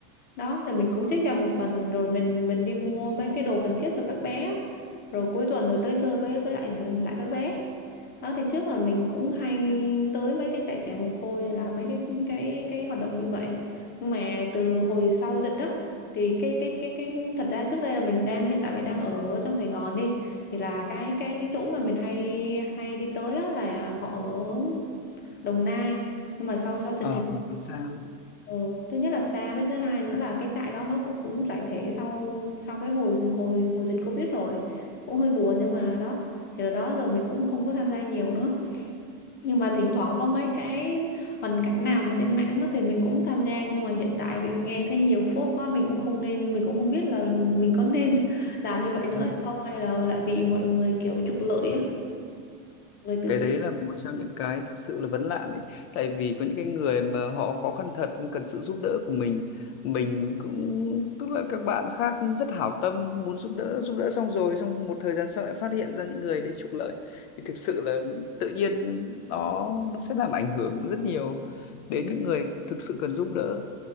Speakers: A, on the left; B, on the left.
A: đó rồi mình cũng trích ra một phần rồi mình mình đi mua mấy cái đồ cần thiết cho các bé rồi cuối tuần rồi tới chơi với với lại lại các bé đó thì trước là mình cũng hay tới mấy cái trại trẻ mồ côi để làm mấy cái cái cái hoạt động như vậy nhưng mà từ hồi sau dịch đó thì cái cái cái cái thật ra trước đây là mình đang hiện tại mình đang ở trong Sài Gòn đi thì là cái cái cái chỗ mà mình hay hay đi tới á là họ ở Đồng Nai nhưng mà sau sau dịch
B: Ờ,
A: thì
B: làm sao?
A: Ừ, thứ nhất là xa với thứ hai nữa là cái trại đó nó cũng, cũng giải thể sau sau cái hồi hồi hồi dịch Covid rồi cũng hơi buồn nhưng mà đó thì là đó giờ mình cũng không có tham gia nhiều nữa nhưng mà thỉnh thoảng có mấy cái hoàn cảnh nào mà trên mạng á thì mình cũng tham gia nhưng mà hiện tại thì nghe thấy nhiều phốt quá mình cũng không nên mình cũng không biết là mình có nên <laughs> làm như vậy nữa hay không hay là lại bị mọi người kiểu trục lợi á người từ
B: Cái
A: thiện
B: đấy là một trong những cái thực sự là vấn nạn ấy. Tại vì có những cái người mà họ khó khăn thật cần sự giúp đỡ của mình. Mình cũng tức là các bạn khác rất hảo tâm muốn giúp đỡ, giúp đỡ xong rồi trong một thời gian sau lại phát hiện ra những người đấy trục lợi thì thực sự là tự nhiên nó nó sẽ làm ảnh hưởng rất nhiều đến những người thực sự cần giúp đỡ.